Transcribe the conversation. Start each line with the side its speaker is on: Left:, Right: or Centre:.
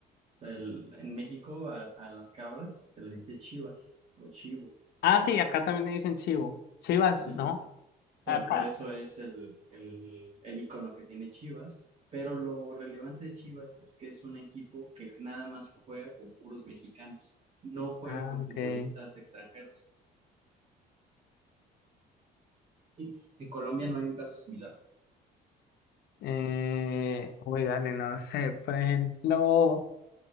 Right: el- en México a, a las cabras se le dice chivas o chivo,
Left: Ah,
Right: ¿no?
Left: sí, acá también le dicen chivo. Chivas,
Right: Entonces,
Left: ¿no?
Right: por,
Left: Acá.
Right: por eso es el, el, el icono que tiene Chivas. Pero lo relevante de Chivas es que es un equipo que nada más juega con puros mexicanos, no juega
Left: Ah,
Right: con
Left: ok.
Right: futbolistas extranjeros. Y en Colombia no hay un caso similar.
Left: Eh, uy, dale, no sé. Por ejemplo,